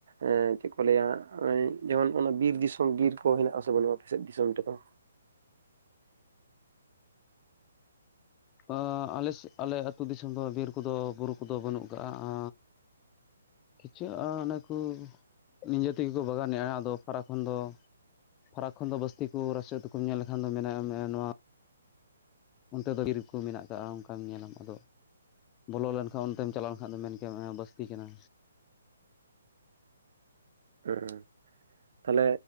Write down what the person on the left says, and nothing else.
ᱟ ᱟᱞᱮ ᱥᱮᱜ ᱟᱞᱮ ᱟᱹᱛᱩ ᱫᱤᱥᱚᱢ ᱫᱚ ᱵᱤᱨ ᱠᱚᱫᱚ ᱵᱩᱨᱩ ᱠᱚᱫᱚ ᱵᱟᱹᱱᱩᱜ ᱟᱠᱟᱫᱼᱟ᱾ ᱟ ᱠᱷᱤᱪᱟᱹᱜᱼᱟ ᱚᱱᱟ ᱠᱚ ᱱᱤᱡᱮ ᱛᱮᱜᱮ ᱠᱚ ᱵᱟᱜᱟᱱᱮᱜᱼᱟ ᱟᱫᱚ ᱯᱷᱟᱨᱟᱠ ᱠᱷᱚᱱ ᱫᱚ᱾ ᱯᱷᱟᱨᱟᱠ ᱠᱷᱚᱱ ᱫᱚ ᱵᱟᱹᱥᱛᱤ ᱠᱚ ᱨᱟᱹᱥᱤ ᱟᱹᱛᱩ ᱠᱚᱢ ᱧᱮᱞ ᱞᱮᱠᱷᱟᱱ ᱫᱚ ᱢᱮᱱᱟᱭ <unintelligible> ᱱᱚᱶᱟ ᱚᱱᱛᱮ ᱫᱚ ᱵᱤᱨ ᱠᱚ ᱢᱮᱱᱟᱜ ᱠᱟᱜᱼᱟ ᱚᱱᱠᱟᱢ ᱧᱮᱞᱟᱢ ᱟᱫᱚ ᱵᱚᱞᱚ ᱞᱮᱱᱠᱷᱟᱱ ᱚᱱᱛᱮᱢ ᱪᱟᱞᱟᱣ ᱞᱮᱱᱠᱷᱟᱱ ᱫᱚ ᱢᱮᱱ ᱠᱮᱭᱟᱢ ᱵᱟᱹᱥᱛᱤ ᱠᱟᱱᱟ᱾